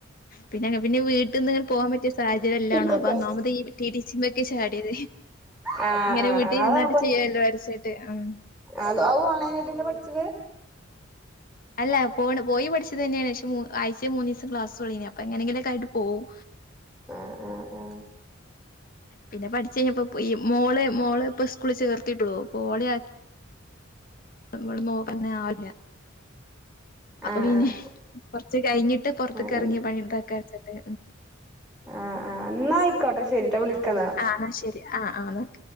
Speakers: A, on the left (about 45°); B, in the centre.
A: പിന്നെ, പിന്നെ, വീട്ടിന്ന്, ങ്ങനെ പോകാൻ പറ്റ സാഹചര്യംല്ലാണോ,
B: ഇക്കക്കോ
A: അപ്പൊന്നാമത്, ഈ, ടി ടി സി മ്മക്ക്, ക്കെ ചാടിയത്.
B: ആഹ,
A: ഇങ്ങനെ
B: ആ,
A: വീട്ടിൽ
B: ആ, അതാവുമ്പോ,
A: ഇരുന്നാട്ട് ചെയ്യാല്ലോ വിചാരിച്ചിട്ട്. ഉം.
B: അ, അഓൺലൈനായിട്ടെന്നെ, പഠിച്ചത്.
A: അല്ല, പോണ്, പോയി പഠിച്ചത് തന്നെയാണ്, അശേ, മു, ആയ്ച്ചേ മൂന്നീസേ, ക്ലാസ്സോളേയ്നിം, അപ്പൊ എങ്ങനെങ്കിലുക്കെയിട്ട്, പോവും.
B: ആ, അ, അ.
A: പിന്നെപഠിച്ചയ്ഞ്ഞപ്പോ, മോള്, മോള്പ്പൊ, സ്കൂൾ, ചേർത്തീട്ടുള്ളു, പ്പൊളേ <unintelligible> ല്ല അപ്പൊ,
B: ആഹ്
A: പിന്ന,
B: ആഹ് ആഹ്
A: കൊറച്ച്, കഴിഞ്ഞിട്ട്, പൊറത്തക്കെറങ്ങി,
B: ആഹ്
A: പണിയെട്ത്ക്ക, വെച്ച്
B: ആഹ് ആഹ് എന്നാ ആയിക്കോട്ടെ ശരിട്ടാ വിളിക്കന്നാ
A: ആ, ന്നാ, ശരി, ആ, ആ.